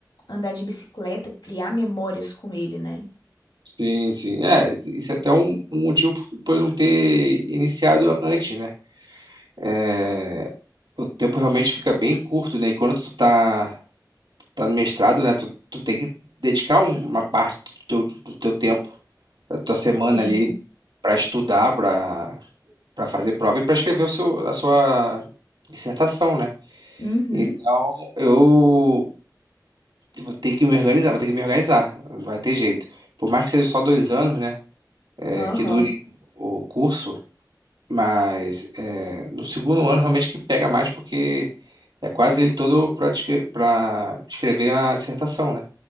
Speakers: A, on the left; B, on the right.
A: andar de bicicleta, criar memórias com ele, né?
B: Sim, sim. É, isso é até um, um motivo por por eu não ter iniciado antes, né? É, o tempo realmente fica bem curto, né? E quando tu tá, tá no mestrado, né? Tu, tu tem que dedicar uma parte do teu, do teu tempo, da tua semana
A: Sim.
B: ali, para estudar, para para fazer prova e para escrever o seu, a sua dissertação, né?
A: Uhum.
B: Então, eu vou ter que me organizar, vou ter que me organizar, não vai ter jeito. Por mais que seja só dois anos, né? É,
A: Aham.
B: que dure o curso Mas é, no segundo ano realmente que pega mais porque é quase ele todo para para escrever a dissertação, né?